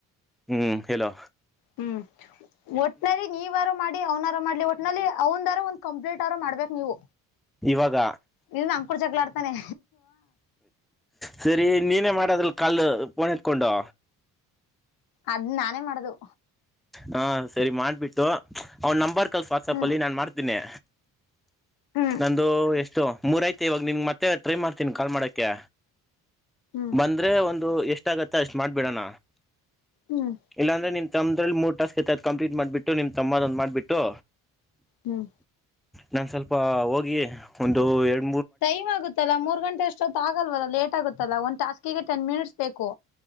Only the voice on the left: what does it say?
ಹ್ಮ್. ಒಟ್ನಲ್ಲಿ ನೀವಾರು ಮಾಡಿ ಅವ್ನಾರು ಮಾಡ್ಲಿ ಒಟ್ನಲ್ಲಿ ಅವನಾರು ಒಂದ ಕಂಪ್ಲೀಟರ ಮಾಡ್ಬೇಕು ನೀವು.
ಇ ನಮ್ ಕೂಡ ಜಗ್ಗಳಾ ಆಡ್ತಾನೆ..
ಅದ್ ನಾನೇ ಮಾಡದು..
ಹ್ಮ್
ಹ್ಮ್
ಹ್ಮ್
ಹ್ಮ್
ಹ್ಮ್..
ಟೈಮ್ ಆಗುತ್ತಾ ಮೂರ್ ಗಂಟೆ ಅಷ್ಟೊತ್ತು ಆಗಲ್ವಲ್ಲ ಲೇಟ್ ಆಗುತ್ತಲ್ಲ ಒಂದ್ ಟಾಸ್ಕಿಗೆ ಟೆನ್ ಮಿನಿಟ್ಸ್ ಬೇಕು..